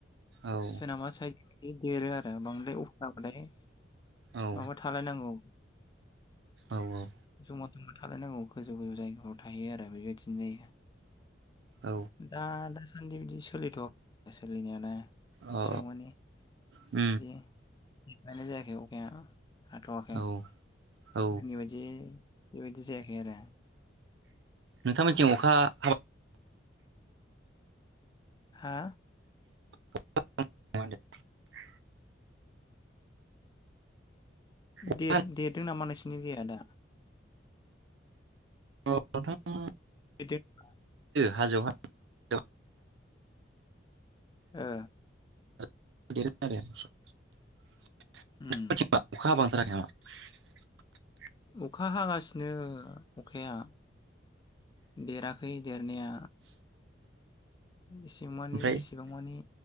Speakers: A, on the right; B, on the left.
A: औ
B: सोनामा साइद देरो आरो बांद्राय अ औ माने
A: औ
B: माबा थालायनांगौ।
A: औ
B: जुम <unintelligible> गोजौ गोजौ जायगायाव थाहैयो आरो बेबायदिनो
A: औ
B: दा दा आंदि बिदि सोलिथवाखै सोलिनायालाय।
A: अ
B: एसेबां मानि
A: व
B: बिदि <unintelligible> जायाखै अखाया हाथवाखै
A: औ औ
B: जोंनि बायदि बेबायदि जायाखै आरो
A: नोंथांमोनथिं अखा हाबा
B: हा
A: <unintelligible> हाबा
B: देर देरदों नामा नोंसिनि दैया दा?
A: औ नोंथां
B: <unintelligible>
A: हाजो <unintelligible>
B: ओ
A: <inaudible> <unintelligible>
B: उम
A: अखा हाबा <inaudible>
B: अखा हागासिनो अखाया, देराखै देरनाया एसे मानि
A: ओमफ्राय
B: एसेबां मानि